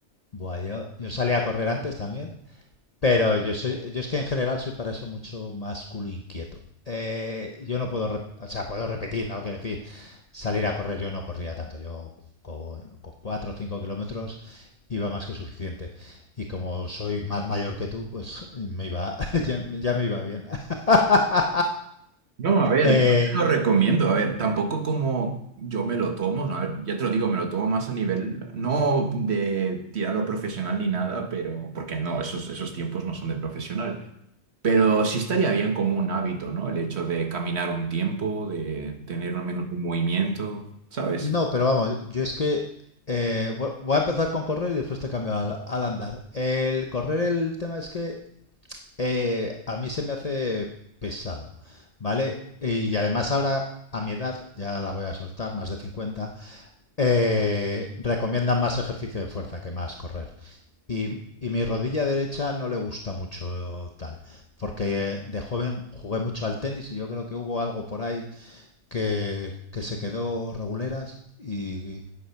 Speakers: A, on the left (about 35°); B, on the right (about 65°).
A: Buah, yo, yo salí a correr antes también, pero yo soy, yo es que en general soy para eso mucho más culo inquieto. Eh, yo no puedo, rep- o sea, puedo repetir, ¿no? Quiero decir, salir a correr yo no corría tanto, yo con, con 4 o 5 kilómetros iba más que suficiente. Y como soy más mayor que tú, pues me iba, <laughs> ya, ya me iba bien. <laughs>
B: No, a ver,
A: Eh,
B: yo te lo recomiendo. A ver, tampoco como yo me lo tomo, ¿no? A ver, ya te lo digo, me lo tomo más a nivel, no de tirarlo profesional ni nada, pero porque no, esos, esos tiempos no son de profesional. Pero sí estaría bien como un hábito, ¿no? El hecho de caminar un tiempo, de tener al menos un movimiento, ¿sabes?
A: No, pero vamos, yo es que eh, bu- voy a empezar con correr y después te cambio al, al andar. El correr, el tema es que eh, a mí se me hace pesado, ¿vale? Y además ahora, a mi edad, ya la voy a soltar, más de 50. eh, recomiendan más ejercicio de fuerza que más correr. Y, y mi rodilla derecha no le gusta mucho tal, porque eh, de joven jugué mucho al tenis y yo creo que hubo algo por ahí que, que se quedó reguleras y,